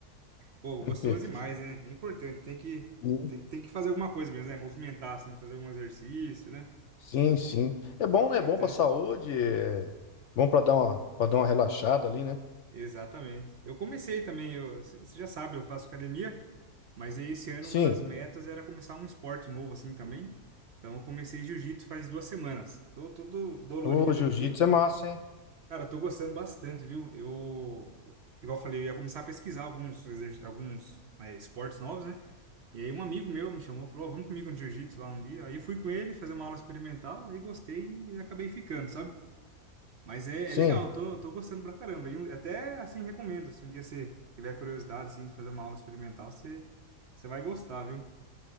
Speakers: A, on the right (about 55°); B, on the left (about 65°).
A: Pô,
B: <laughs>
A: gostoso demais, né? É importante, tem que,
B: Sim,
A: tem, tem que fazer alguma coisa mesmo, né? Movimentar, assim, fazer algum exercício, né?
B: sim. sim. É bom,
A: Importante.
B: né? É bom pra saúde, é bom pra dar uma, pra dar uma relaxada ali, né?
A: Exatamente. Eu comecei também, eu, c- você já sabe, eu faço academia, mas aí esse ano
B: Sim.
A: uma das metas era começar um esporte novo, assim, também. Então, eu comecei jiu-jitsu faz duas semanas. Tô todo dolorido
B: O jiu-jitsu
A: aqui.
B: é massa, hein?
A: Cara, tô gostando bastante, viu? Eu, igual eu falei, eu ia começar a pesquisar alguns, exer- alguns, eh, esportes novos, né? E aí um amigo meu me chamou, falou, "Ó, vamos comigo no jiu-jitsu lá um dia. Aí eu fui com ele fazer uma aula experimental, aí gostei e acabei ficando, sabe? Mas é,
B: Sim.
A: é legal, tô, tô gostando pra caramba. E eu até, assim, recomendo, se um dia você tiver curiosidade, assim, de fazer uma aula experimental, você, você vai gostar, viu?